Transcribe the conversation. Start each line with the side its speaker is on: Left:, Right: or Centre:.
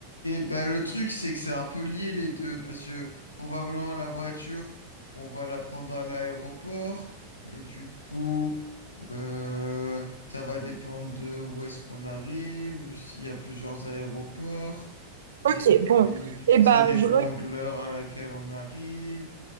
Left: Ben, le truc, c'est que c'est un peu lié les deux, parce que probablement la voiture, on va la prendre à l'aéroport, et du coup, euh, ça va dépendre de où est-ce qu'on arrive, s'il y a plusieurs aéroports,
Right: Ok,
Left: et puis
Right: bon. Eh
Left: ça
Right: ben,
Left: dépend
Right: je, re-
Left: de l'heure à laquelle on arrive,